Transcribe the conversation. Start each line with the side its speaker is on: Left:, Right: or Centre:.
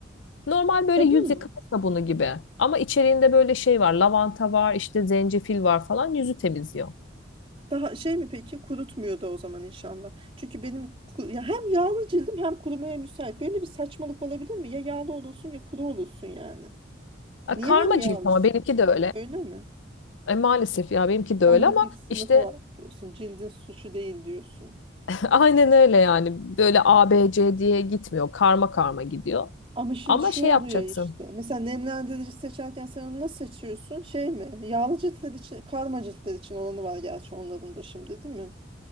Left: Normal böyle
Right: Sabun
Left: yüz
Right: mu?
Left: yıkama sabunu gibi. Ama içeriğinde böyle şey var. Lavanta var, işte zencefil var falan. Yüzü temizliyor.
Right: Daha şey mi peki kurutmuyor da o zaman inşallah. Çünkü benim ku- ya hem yağlı cildim hem kurumaya müsait. Böyle bir saçmalık olabilir mi? Ya yağlı olursun ya kuru olursun yani.
Left: E,
Right: Niye
Left: Karma
Right: hem yağlısın?
Left: cilt ama benimki de öyle.
Right: Öyle mi?
Left: E, maalesef ya benimki de
Right: Onda
Left: öyle ama
Right: bir sınıfı
Left: işte
Right: var diyorsun. Cildin suçu değil diyorsun.
Left: <laughs> aynen öyle yani. Böyle A, B, C diye gitmiyor. Karma karma gidiyor.
Right: Ama şimdi
Left: Ama
Right: şu
Left: şey
Right: oluyor
Left: yapacaksın.
Right: işte. Mesela nemlendirici seçerken sen onu nasıl seçiyorsun? Şey mi? Yağlı ciltler için, karma ciltler için olanı var gerçi onların da şimdi değil mi?